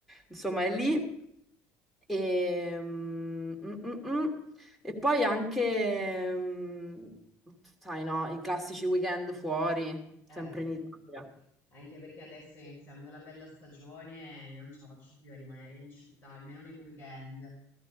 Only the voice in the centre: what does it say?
insomma è lì. E, mm, mm, mm, mm. E poi anche, mm, sai no, i classici weekend fuori,
sempre
in Italia.